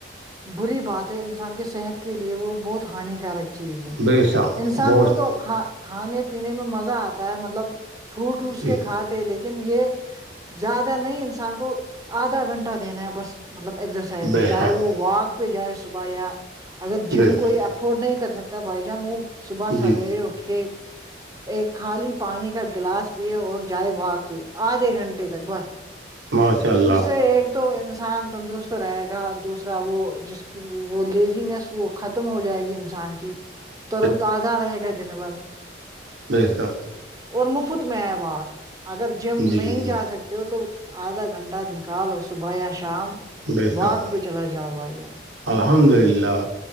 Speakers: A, on the right; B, on the right.
A: بری بات ہے انسان کے صحت کے لیے وہ بہت ہانیکارک چیز ہے
B: بے شک
A: انسان
B: بہت
A: کو تو ک کھانے پینے میں مزہ آتا ہے مطلب ٹو ٹھوس
B: جی
A: کے کھات لیکن یہ زیادہ نہیں انسان کو آدھا گھنٹہ دینا ہے بس مطلب اگزرسائز
B: بیساکھ
A: میں چاہے وہ واک پہ جائے صبح یا اگر جم
B: بیساکھ
A: کوئی افورڈ نہیں کر سکتا بھائی جان وہ صبح سویر
B: جی
A: اٹھ کے ایک خالی پانی کا گلاس پیے اور جائے باگ پہ آدھے گھنٹے تک بس
B: ماشاء اللہ
A: اس سے تو انسان تندرست رہے گا دوسرا وہ جس وہ لیزنیس وہ ختم ہو جائے گی انسان کی
B: <inaudible>
A: تورو تو آزار ہے گ د نا بار
B: م حساب
A: اور مفت میں ہے وہاک اگر جم
B: جی
A: نہیں
B: جی
A: جا سکتے ہو تو آدھا گھنٹہ نکالو صبح یا شام
B: بیساکھ
A: وااک پہ چلا جاؤ بھائی ان
B: الحمد للہ